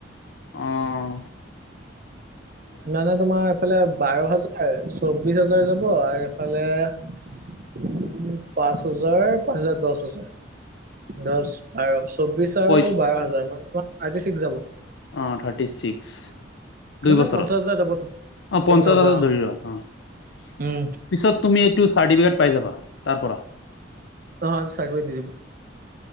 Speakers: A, on the left; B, on the right.
A: অঁ
B: মানে তোমাৰ এইফালে বাৰ হা- হয় চৌবিশ হাজাৰ যাব আৰু এইফালে- উম পাঁচ হাজাৰ পাঁচ হাজাৰ দচ হাজাৰ, দচ- আৰু চৌবিশ আৰু
A: পই
B: বাৰ হাজাৰ মানে থাৰ্তি চিক্স যাব।
A: অঁ থাৰ্টি ছিক্স। দুই
B: মানে
A: বছৰত
B: পঞ্চাশ হাজাৰ যাব
A: অঁ
B: পঞ্চাশ
A: পঞ্চাছ হাজাৰ
B: অ',
A: ধৰিব অহঁ। পিছত
B: উম,
A: তুমি এইটো চাৰ্টিফিকেট পাই যাবা তাৰ পৰা।
B: <unintelligible> দি দিম।